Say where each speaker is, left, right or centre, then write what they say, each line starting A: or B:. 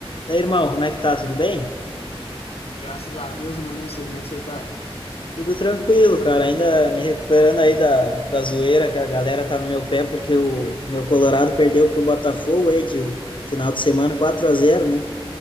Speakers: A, on the left; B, on the left.
A: Daí, irmão, como é que tá? Tudo bem?
B: Graças a Deus, mano. Eu sei como é que você tá.
A: Tudo tranquilo, cara. Ainda me recuperando aí da, da zoeira que a galera tá no meu pé porque o meu Colorado perdeu pro Botafogo aí de final de semana 4 a zero, né?